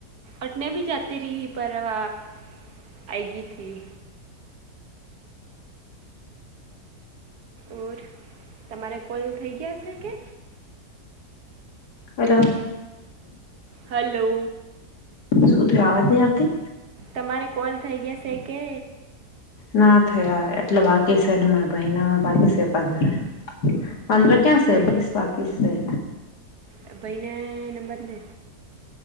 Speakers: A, on the right; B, on the left.
A: અટને ભી જતી રહી પર આપ આયગીથી ઓર તમારે કોલ થઈ ગયા છે કે
B: હલો
A: હલો
B: શું ત આવાજ નઈ આપતી
A: તમારે કોલ થઈ ગયા સેકે
B: ના થયા એટલે બાકી છેને મારા ભાઈ ના બાકી છે પંદર પંદર ક્યાં સે
A: ભાઈ
B: બીસ બાકીસ છે
A: આ ભાઈ ને નંબર દે